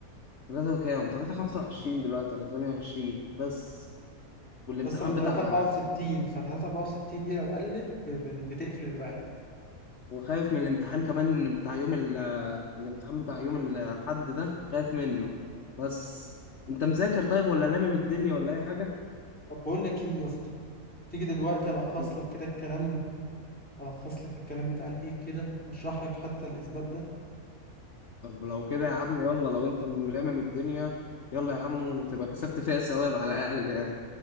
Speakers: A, on the left (about 50°); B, in the centre.
A: 3 وكام 3 25 دلوقتي ولا 28 بس والامتحان
B: بس انا 364
A: بتاع
B: ف 364 دي لو قلت ب- ب- بتقفل الواحد
A: وخايف من الامتحان كمان بتاع يوم ال... الامتحان بتاع يوم الحد ده خايف منه بس انت مذاكر طيب ولا لامم الدنيا ولا اي حاجة
B: طب بقول لك ايه يا اسطى تيجي دلوقتي الخص
A: لو-
B: لك كده الكلام الخص لك الكلام بتاع الهيك كده اشرح لك حتى الاثبات ده
A: طب لو كده يا عم يلا لو انت ملامم الدنيا يلا يا عم وتبقى كسبت فيها ثواب على الاقل يعني